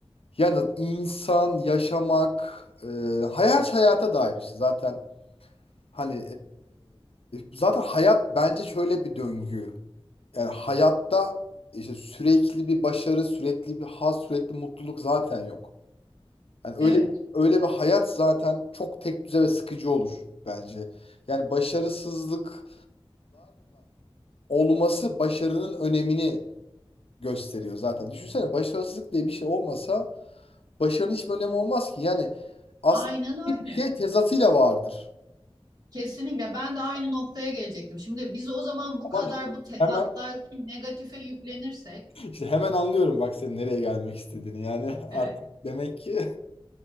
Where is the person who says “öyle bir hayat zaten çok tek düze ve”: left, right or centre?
Left